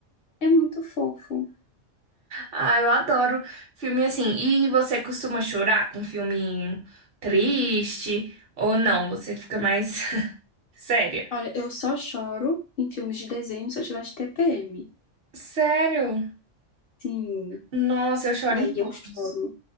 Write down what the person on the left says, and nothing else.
É muito fofo.
Olha, eu só choro em filmes de desenho se eu tiver de TPM.
Sim,
Aí
eu choro,